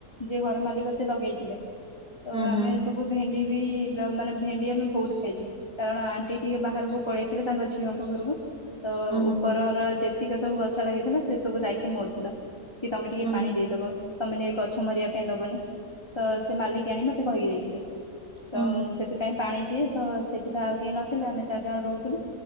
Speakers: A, on the left (about 15°); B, in the centre.
A: ଯିଏ ଘର ମାଲିକ ସେ ଲଗେଇଥିଲେ। ତ
B: ହୁଁ,
A: ଆମେ
B: ହୁଁ,
A: ସବୁ ଭେଣ୍ଡି ବି ମାନେ ଭେଣ୍ଡି ଆମେ ବହୁତ ଖାଇଛୁ। କାରଣ ଆଣ୍ଟି ଟିକେ ବାହାରକୁ ପଳେଇଥିଲେ ତାଙ୍କ ଝିଅଙ୍କ ଘରୁକୁ। ତ
B: ହୁଁ,
A: ଉପର ର ଯେତିକି ସବୁ ଗଛ ଲାଗିଥିଲା ସେ ସବୁ ଦାୟିତ୍ଵ ମୋରଥିଲା। କି ତମେ ଟିକିଏ
B: ହୁଁ,
A: ପାଣି ଦେଇଦବ। ତମେ ଟିକେ ଗଛ ମରିବା ପାଇଁ ଦବନି ତ ସେ ମାଲିକିଆଣି ମତେ କହିକି ଯାଇଥିଲେ। ତ
B: ହୁଁ,
A: ମୁଁ ସେଥିପାଇଁ। ପାଣି ଦିଏ ତ ସେଠି ତ ଆଉ କେହି ନଥିଲେ ଆମେ ଚାରି ଜଣ ରହୁଥିଲୁ